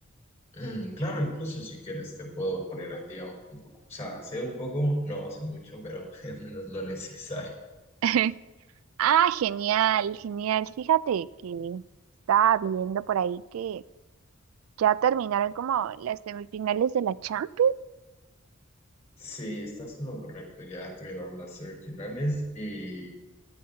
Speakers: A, on the left; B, on the right.
A: Mm, claro, incluso si quieres te puedo poner al día un poco. O sea, sé un poco, no sé mucho, pero <laughs> al menos lo necesario.
B: <laughs> Ah, genial, genial. Fíjate que estaba viendo por ahí que ya terminaron como las semifinales de la Champions.
A: Sí, estás en lo correcto. Ya tuvieron las semifinales y